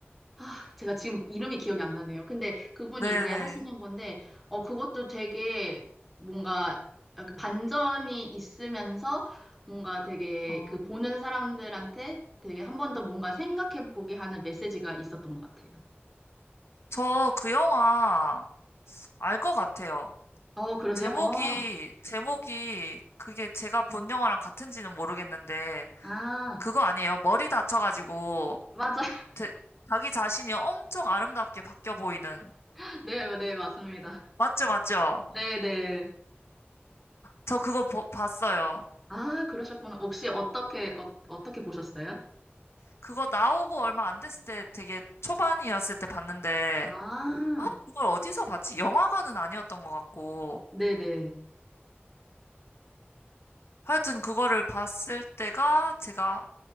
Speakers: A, in the centre; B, on the left.
A: 아, 제가 지금 이름이 기억이 안 나네요. 근데 그분이
B: 네네.
A: 이제 하시는 건데, 어, 그것도 되게 뭔가 약간 반전이 있으면서 뭔가 되게
B: 어,
A: 그 보는 사람들한테 되게 한 번 더 뭔가 생각해 보게 하는 메시지가 있었던 것 같아요.
B: 저 그 영화 알 것 같아요.
A: 어, 그러세요?
B: 제목이,
A: 어,
B: 제목이 그게 제가 본 영화랑 같은지는 모르겠는데,
A: 아,
B: 그거 아니에요. 머리 다쳐가지고,
A: 맞아.
B: 제- 자기 자신이 엄청 아름답게 바뀌어 보이는.
A: <laughs> 네, 네, 맞습니다.
B: 맞죠, 맞죠?
A: 네, 네.
B: 저 그거 보- 봤어요.
A: 아, 그러셨구나. 혹시 어떻게, 어, 어떻게 보셨어요?
B: 그거 나오고 얼마 안 됐을 때 되게 초반이었을 때 봤는데,
A: 아,
B: 아, 그걸 어디서 봤지? 영화관은 아니었던 것 같고.
A: 네네.
B: 하여튼 그거를 봤을 때가 제가